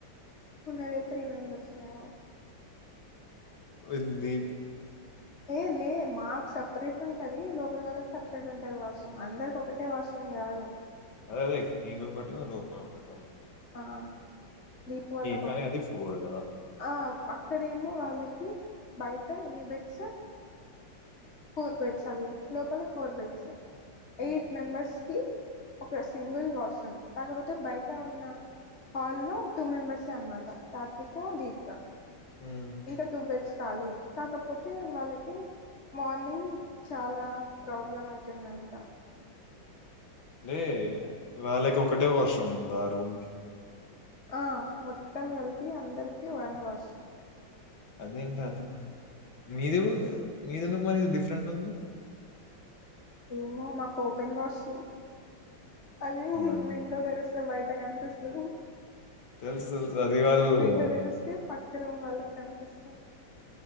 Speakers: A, on the left; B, on the left.
A: ఉన్నదే త్రీ మెంబర్స్ మేము
B: ఇంది
A: ఏ లే మాకు సపరేట్ ఉంటది లో ల్ వాళ్ళకి సపరేట్ ఉంటుంది వాష్రూమ్ అందరికి ఒకటే వాష్రూమ్ కాదు
B: అదే నీదొకటి లోపల ఒకటి
A: ఆ దీపు వాళ్ళకు
B: కానీ
A: ఒకటే
B: అది గదా!
A: ఆ అక్కడేమో వాళ్ళకి బయట ఎన్ని బెడ్స్ ఫోర్ బెడ్స్ అవి లోపల ఫోర్ బెడ్స్
B: హ్మ్.
A: ఎయిట్ మెంబర్స్కి ఒక సింగిల్ వాష్రూమ్ కాకపోతే బయట ఉన్న హాల్ లో టూ మెంబర్సే అన్నమాట సాత్విక దీపిక
B: హ్మ్.
A: ఇంకా టూ బెడ్స్ ఖాళీయే కాకపోతే వాళ్ళకి మార్నింగ్ చాలా ప్రాబ్లం అవుతుంది అంట
B: లే వేళకి ఒకటే వాష్ రూమ్ ఉందా ఆ రూమ్కిి
A: ఆ మొత్తం కలిపి అందరికిీ వన్ వాష్రూమ్
B: అదేంటి అట్లా మీది మీదెందుకు మరి డిఫరెంట్ ఉంది
A: ఏమో మా కూ పెన్ వాచ్ అది మ
B: అని
A: మీండో
B: జెప్పి.
A: తెరుస్త మై కనిపిస్తు
B: తెలుసు. తెలుసు. అది వాళ్ళు
A: విండా దనుస్ తీ పక్ క్కర మళకను దస్